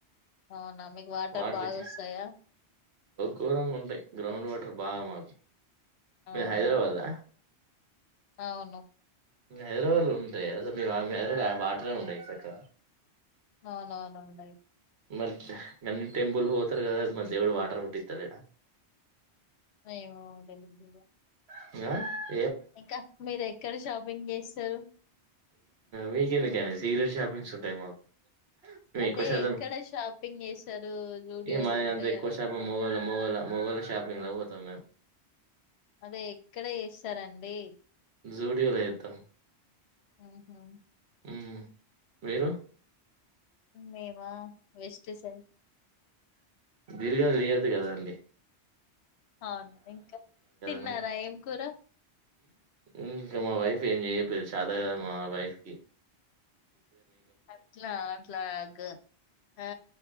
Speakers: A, on the left; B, on the right.
A: అవునా మీకు వాటర్
B: వాటర్కి
A: బాగా వస్తాయా
B: కూరంగా ఉంటాయి గ్రౌండ్ వాటర్ బాగా మాకు
A: అవునా
B: మీరు హైదరాబాద్ ఆ
A: అవును
B: హైదరాబాద్ లో ఉంటాయి అసలు హైదరాబాద్ వాటర్ ఉంటాయి సక్కగ
A: అవును అవును ఉండయి
B: మరి గన్నీ టెంపుల్ పోతారు కదా మరి దేవుడు వాటర్ పుట్టింతలేడ
A: అయ్యో ఎమో ఎమో ఉంటాయి గుగిల్లు
B: <unintelligible>
A: ఇంకా మీర ఎక్కడ షాపింగ్ చేస్తారు
B: వీకందకని సీక్రెట్ షాపింగ్స్ ఉంటాయి మాకు, మే
A: అంటే
B: ఎక్కువ శాతం
A: ఎక్కడ షాపింగ్ చేస్తారు జూడియోలు
B: ఏ మాది
A: ఉంటాయి
B: అ ఎక్కువ
A: అవి
B: శాతం
A: ఎక్కడ
B: మొగోళ్ళు మొగోళ్ళు మొగోళ్ళు షాపింగ్ లో కు పోతాం మేము
A: అదే ఎక్కడ చేస్తారండి
B: జూడియోల చేతం
A: ఉహు
B: హు మీరు
A: మేవా వెస్ట్ సైడ్
B: దీర్ఘాలు తీయొద్దు కదా అండి,
A: అవును ఇంకా తిన్నారా
B: నువ్వు.
A: ఏం కూర
B: ఇంకా మా వైఫ్ ఏం చేయపోయేది చేతగాదు మా వైఫ్ కి,
A: అట్లా అట్లా గ ఆ